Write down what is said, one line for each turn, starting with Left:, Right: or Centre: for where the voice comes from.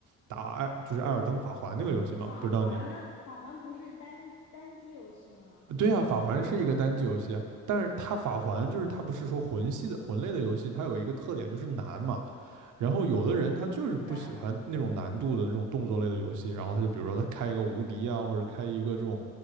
Right: 打艾就是艾尔登法环那个游戏嘛，
Left: 法环，
Right: 不知道你
Left: 法环不是单单机游戏吗？
Right: 对呀、
Left: 我记得，
Right: 啊法环是一个单机游戏啊，但是它法环就是它不是说魂系的魂类的游戏，它有一个特点就是难嘛，然后有的人他就是不喜欢那种难度的那种动作类的游戏，
Left: 对啊，
Right: 然后他就比如说他开一个无敌啊，或者开一个这种